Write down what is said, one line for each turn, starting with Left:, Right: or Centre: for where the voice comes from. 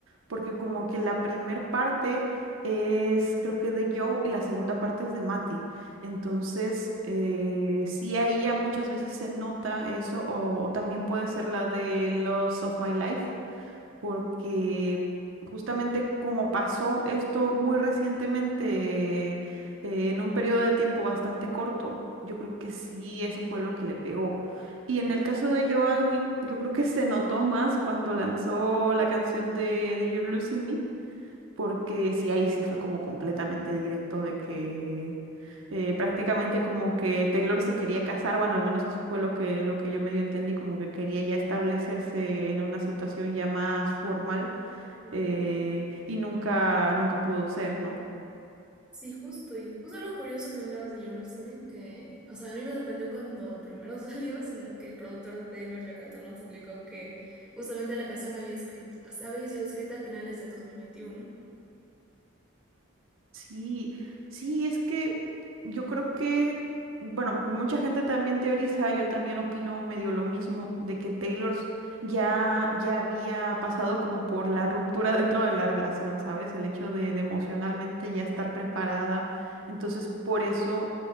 Right: porque como que la primer parte es creo que de Joe y la segunda parte es de Matty. Entonces, eh, sí, ahí ya muchas veces se nota eso, o, o también puede ser la de Loss of My Life porque justamente como pasó esto muy recientemente, eh, en un periodo de tiempo bastante corto, yo creo que sí, eso fue lo que le pegó. Y en el caso de Joe Alwyn, yo creo que se notó más cuando lanzó la canción de, de You're Losing Me porque sí, ahí sí fue como completamente directo de que eh, prácticamente como que Taylor se quería casar, bueno, al menos eso fue lo que, lo que yo medio entendí, como que quería ya establecerse en una situación ya más formal
Centre: Sí,
Right: eh,
Centre: claro.
Right: y nunca, nunca pudo ser, ¿no?
Centre: Sí, justo, y justo lo curioso que mencionabas de Eurythmics, que, o sea, a mí me sorprendió cuando primero <laughs> salió, sino que el productor de Taylor, Jack Antonoff, publicó que justamente la canción había escrito, había sido escrita a finales del 2021.
Right: Sí, sí, es que yo creo que, bueno, mucha gente también teoriza, yo también opino medio lo mismo, de que Taylor s- ya, ya había pasado como por la ruptura dentro de la relación, ¿sabes? El hecho de, de emocionalmente ya estar preparada. Entonces, por eso,